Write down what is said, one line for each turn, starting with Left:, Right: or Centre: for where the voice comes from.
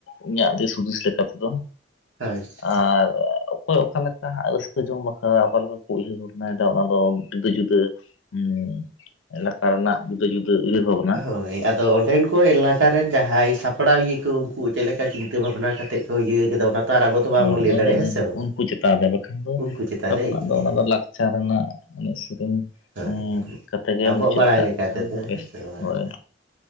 Left: ᱤᱧᱟᱹᱜ ᱫᱤᱥ ᱦᱩᱫᱤᱥ ᱞᱮᱠᱟ ᱛᱮᱫᱚ
Right: ᱟᱪᱪᱷᱟ
Left: ᱟᱨ ᱚᱠᱚᱭ ᱚᱠᱟᱞᱮᱠ ᱠᱟᱦᱟᱸᱜ ᱨᱟᱹᱥᱠᱟᱹ ᱡᱚᱝ ᱵᱟᱠᱷᱨᱟ ᱚᱠᱟ ᱞᱮᱠᱟ ᱠᱚ ᱩᱭᱦᱟᱹᱨ ᱵᱷᱟᱵᱽᱱᱟᱭᱫᱟ ᱚᱱᱟ ᱫᱚ ᱡᱩᱫᱟᱹ ᱡᱩᱫᱟᱹ ᱩᱸ ᱮᱞᱟᱠᱟ ᱨᱮᱱᱟᱜ ᱡᱩᱫᱟᱹ ᱡᱩᱫᱟᱹ ᱩᱭᱦᱟᱹᱨ ᱵᱷᱟᱵᱽ
Right: ᱦᱳᱭ, ᱟᱫᱚ ᱚᱸᱰᱮᱱ ᱠᱚ ᱮᱞᱟᱠ ᱠᱟᱨᱮᱱ ᱡᱟᱦᱟᱸᱭ ᱥᱟᱯᱲᱟᱣᱤᱭᱟᱹ ᱠᱚ ᱩᱱᱠᱩ ᱪᱮᱫ ᱞᱮᱠᱟ ᱪᱤᱱᱛᱟᱹ ᱵᱷᱟᱵᱽᱱᱟ ᱠᱟᱛᱮᱫ ᱠᱚ ᱤᱭᱟᱹᱣ ᱟᱠᱟᱫᱟ ᱚᱱᱟ ᱛᱚ ᱟᱨ ᱟᱵᱚ ᱫᱚ ᱵᱟᱵᱚᱱ
Left: ᱦᱳᱭ,
Right: ᱞᱟᱹᱭ
Left: ᱚᱱᱟᱫᱚ
Right: ᱫᱟᱲᱮᱭᱟᱜᱼᱟ ᱦᱮᱸ
Left: ᱩᱱ
Right: ᱥᱮ ᱵᱟᱝ
Left: ᱩᱱᱠᱩ ᱪᱮᱛᱟᱱ ᱨᱮ ᱵᱟᱠᱷᱟᱱ ᱫᱚ
Right: ᱩᱱᱠᱩ ᱪᱮᱛᱟᱱ
Left: ᱟᱵᱚᱱᱟᱜ
Right: ᱨᱮ ᱤᱭᱟᱹ
Left: ᱫᱚ ᱚᱱᱟ ᱫᱚ ᱞᱟᱠᱪᱟᱨ ᱨᱮᱱᱟᱜ ᱮᱱᱮᱡ ᱥᱮᱨᱮᱧ
Right: ᱦᱳᱭ
Left: ᱩᱸ ᱠᱟᱛᱮᱫ ᱜᱮ
Right: ᱟᱵᱚᱣᱟᱜ
Left: ᱢᱩᱪᱟᱹᱫ
Right: ᱵᱟᱲᱟᱭ
Left: ᱠᱟᱜ
Right: ᱞᱮᱠᱟ
Left: ᱞᱮᱠᱷᱟᱱ
Right: ᱛᱮᱫᱚ
Left: ᱜᱮ ᱵᱮᱥ᱾
Right: ᱦᱮᱸ ᱥᱮ ᱵᱟᱝ
Left: ᱦᱚᱭ